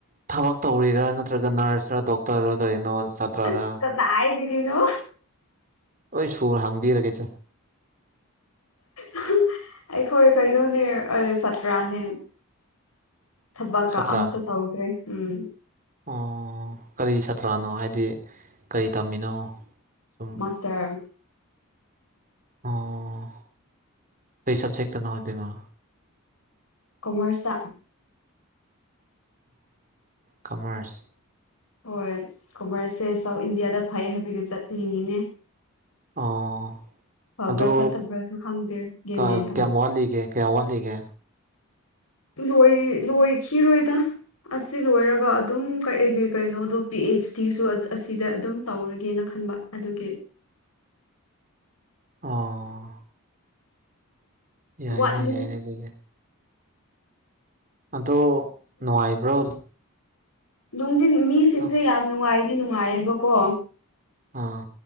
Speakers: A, on the right (about 40°); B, on the left (about 80°).
A: ꯊꯕꯛ ꯇꯧꯔꯤꯔꯥ ꯅꯠꯇ꯭ꯔꯒ ꯅꯔꯁꯔ ꯗꯣꯛꯇꯔꯔ ꯅꯠꯇꯔꯒ ꯀꯔꯤꯅꯣ ꯁꯥꯇ꯭ꯔꯔ
B: ꯑꯁ ꯀꯗꯥꯏꯗꯒꯤꯅꯣ
A: ꯑꯩ ꯁꯨꯔ ꯍꯥꯡꯕꯤꯔꯒꯦꯁꯦ
B: <inaudible> ꯑꯩꯈꯣꯏ ꯀꯩꯅꯣꯅꯦ ꯆꯄ꯭ꯔꯥꯅꯦ ꯊꯕꯛꯀ
A: ꯁꯥꯇ꯭ꯔꯥ
B: ꯑꯝꯇ ꯇꯧꯗ꯭ꯔꯦ ꯎꯝ
A: ꯑꯣ ꯀꯔꯤ ꯁꯥꯇ꯭ꯔꯥꯅꯣ ꯍꯥꯏꯗꯤ ꯀꯔꯤ ꯇꯝꯃꯤꯅꯣ ꯁꯨꯝ
B: ꯃꯥꯁꯇꯔ
A: ꯑꯣ ꯀꯩ ꯁꯕꯖꯦꯛꯛꯇ ꯅ ꯑꯣꯏꯗꯣꯏꯃ
B: ꯀꯣꯃꯔꯁ
A: ꯀꯃꯔꯁ
B: ꯍꯣꯏ ꯀꯣꯃꯔꯁꯁꯦ ꯁꯥꯎꯠ ꯏꯟꯗꯤꯌꯥꯗ ꯐꯩ ꯍꯥꯏꯕꯒꯤ ꯆꯠꯂꯤꯅꯤꯅꯦ
A: ꯑꯥ
B: ꯐꯕ꯭ꯔꯥ
A: ꯑꯗꯣ
B: ꯐꯠꯇꯕ꯭ꯔꯥꯁꯨ ꯈꯪꯗꯦ ꯒ꯭ꯌꯥꯟ
A: ꯀꯌꯥꯝ
B: ꯃꯦꯟ
A: ꯋꯥꯠꯂꯤꯒꯦ ꯀꯌꯥꯝ ꯋꯥꯠꯂꯤꯒꯦ
B: ꯂꯏ ꯂꯣꯏ ꯆ ꯔꯣꯣꯏꯗ ꯑꯁꯤꯒꯤ ꯑꯣꯏꯔꯒ ꯑꯗꯨꯝ ꯀꯩꯒꯤ ꯀꯩꯅꯣꯗꯣ ꯄꯤ ꯑꯩꯆ ꯗꯤꯁꯨ ꯑꯁꯤꯗ ꯑꯗꯨꯝ ꯇꯧꯔꯒꯦꯅ ꯈꯜꯦ ꯈꯪꯕ ꯑꯗꯨꯒꯤ
A: ꯑꯥ ꯌꯥꯏꯅꯦ
B: ꯋꯥꯠꯂꯤ
A: ꯌꯥꯏꯅꯦ ꯂꯩꯒꯔ ꯑꯗꯣ ꯅꯨꯡꯉꯥꯏꯕ꯭ꯔꯣ
B: ꯅꯨꯡ ꯃꯤꯁꯤꯡꯁꯦ
A: ꯑꯥ
B: ꯌꯥꯝ ꯅꯨꯡꯉꯥꯏꯗꯤ ꯅꯨꯡꯉꯥꯏꯌꯦꯕꯀꯣ
A: ꯑꯥ